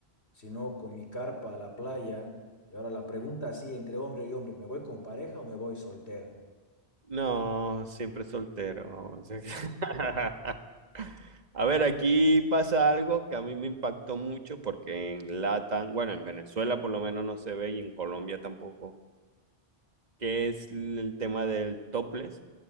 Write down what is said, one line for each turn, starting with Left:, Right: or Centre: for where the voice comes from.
Left: Si no, con mi carpa a la playa. Y ahora la pregunta así, entre hombre y hombre, ¿me voy con pareja o me voy soltero?
Right: No, siempre soltero. vamos. <laughs> A ver, aquí pasa algo que a mí me impactó mucho porque en Latam, bueno, en Venezuela por lo menos no se ve y en Colombia tampoco, que es el tema del topless